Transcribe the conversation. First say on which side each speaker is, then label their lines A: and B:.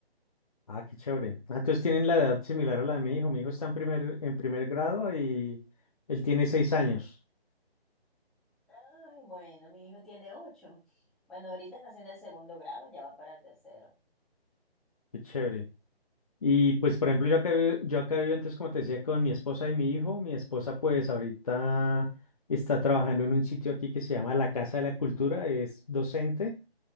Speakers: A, on the left; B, in the centre.
A: Ah, qué chévere. Ah, Entonces tienen la edad similar a la de mi hijo. Mi hijo está en primer, en primer grado y él tiene seis años.
B: Ay, bueno, mi hijo tiene ocho. Bueno, ahorita está haciendo el segundo grado, ya va para tercero.
A: Qué chévere. Y pues, por ejemplo, yo acá, vi- yo acá vivo antes, como te decía, con mi esposa y mi hijo. Mi esposa, pues, ahorita está trabajando en un sitio aquí que se llama La Casa de la Cultura. Es docente.